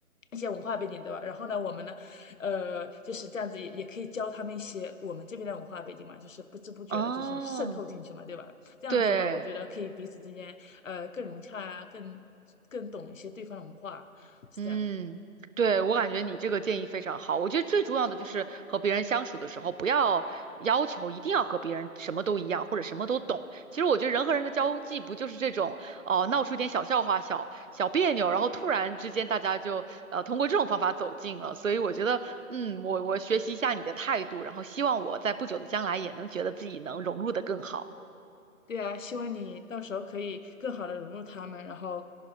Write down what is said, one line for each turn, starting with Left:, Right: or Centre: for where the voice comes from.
Left: 一些文化背景，对吧？然后呢，我们呢，呃，就是这样子也，也可以教他们一些我们这边的文化背景嘛，就是不知不觉的，
Right: 哦，
Left: 就是渗透进去嘛，对吧？这样子的话，
Right: 对
Left: 我觉得可以彼此之间，呃，更融洽啊，更更懂一些对方的文化，是这样子。
Right: 嗯，对，我感觉你这个建议非常好。我觉得最重要的就是和别人相处的时候，不要要求一定要和别人什么都一样或者什么都懂。其实我觉得人和人的交际不就是这种哦，闹出一点小笑话、小小别扭，然后突然之间大家就呃通过这种方法走近了。所以我觉得，嗯，我我学习一下你的态度，然后希望我在不久的将来也能觉得自己能融入的更好。
Left: 对啊，希望你到时候可以更好的融入他们，然后